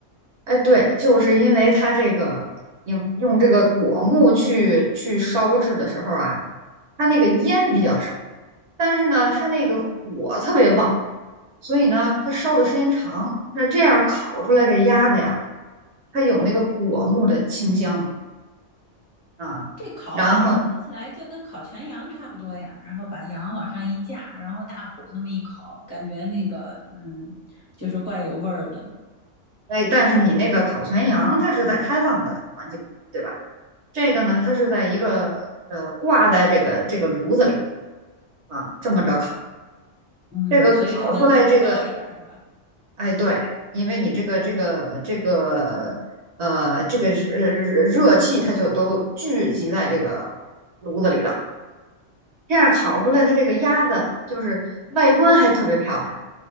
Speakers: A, on the right; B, on the left.
A: 哎，对，就是因为它这个用用这个果木去去烧制的时候啊，它那个烟比较少，但是呢，它那个火特别旺，所以呢，
B: 嗯，
A: 它烧的时间长，那这样烤出来的鸭子呀，它有那个果木的清香啊。
B: 这烤法儿听起来就跟烤全羊差不多呀，
A: 然后，
B: 然后把羊往上一架，然后大火那么一烤，感觉那个嗯就是怪有味儿的。
A: 哎，但是你那个烤全羊，它是在开放的环境，对吧？这个呢，它是在一个呃挂在这个这个炉子里啊，这么着烤。
B: 嗯，
A: 这个烤出来这个
B: 所以就温度还高一点儿是吧？
A: 哎，对，因为你这个这个这个呃，这个是呃热气，它就都聚集在这个炉子里了。这样烤出来，它这个鸭子就是外观还特别漂亮